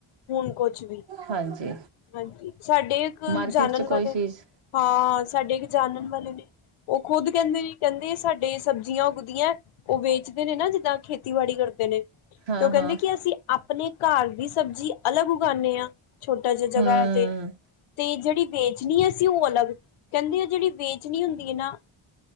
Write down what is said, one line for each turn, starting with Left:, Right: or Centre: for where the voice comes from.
Left: ਹੁਣ ਕੁਛ ਵੀ,
Right: ਹਾਂਜੀ,
Left: ਹਾਂਜੀ, ਸਾਡੇ ਇੱਕ
Right: ਮਾਰਕੀਟ
Left: ਜਾਨਣ
Right: ਚ
Left: ਵਾਲੇ
Right: ਕੋਈ ਚੀਜ਼
Left: ਨੇ ਹਾਂ ਸਾਡੇ ਇੱਕ ਜਾਨਣ ਵਾਲੇ ਨੇ। ਉਹ ਖੁੱਦ ਕਹਿੰਦੇ, ਕਹਿੰਦੇ ਸਾਡੇ ਸਬਜ਼ੀਆਂ ਉੱਗਦੀਆਂ ਉਹ ਵੇਚਦੇ ਨੇ ਨਾ ਜਿੱਦਾਂ ਖੇਤੀਬਾੜੀ ਕਰਦੇ ਨੇ।
Right: ਹਾਂ-ਹਾਂ,
Left: ਤੇ ਉਹ ਕਹਿੰਦੇ ਕਿ ਅਸੀਂ ਆਪਣੇ- ਘਰ ਦੀ ਸਬਜ਼ੀ ਅਲੱਗ ਉਗਾਉਂਦੇ ਆ। ਛੋਟਾ ਜੇ ਜਗਾ
Right: ਹੂੰ
Left: ਤੇ, ਤੇ ਜਿਹੜੀ ਵੇਚਣੀ ਹੈ। ਉਹ ਅਲੱਗ, ਕਹਿੰਦੇ ਆ ਜਿਹੜੀ ਵੇਚਣੀ ਹੁੰਦੀ ਹੈ ਨਾ,